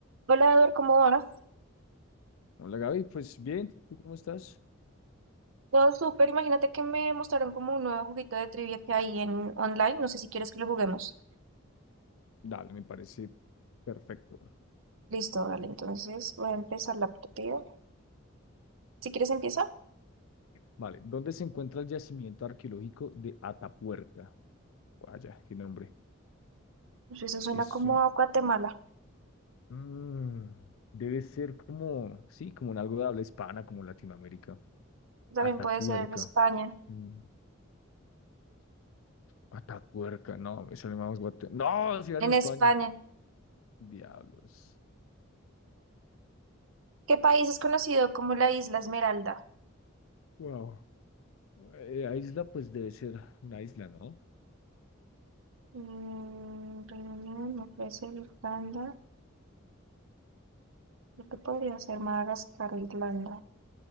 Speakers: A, on the right; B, on the left.
A: Hola, Eduardo, ¿cómo vas?
B: Hola Gaby, pues bien, ¿tú cómo estás?
A: Todo súper. Imagínate que me mostraron como un nuevo juguito de trivia que hay en online. No sé si quieres que lo juguemos.
B: Dale, me parece perfecto.
A: Listo, vale. Entonces voy a empezar la partida. Si quieres, empieza.
B: Vale, ¿dónde se encuentra el yacimiento arqueológico de Atapuerca? Vaya, qué nombre.
A: Pues eso suena
B: Eso
A: como a Guatemala.
B: mm, debe ser como, sí, como en algo de habla hispana, como Latinoamérica.
A: También
B: Atapuerca.
A: puede ser España.
B: mm, Atapuerca, no, me sale más guate. No, si era
A: En
B: en España.
A: España.
B: Diablos.
A: ¿Qué país es conocido como la Isla Esmeralda?
B: Wow. Eh, isla, pues debe ser una isla, ¿no?
A: Mm, Reino Unido, no puede ser Irlanda. Creo que podría ser Madagascar o Irlanda.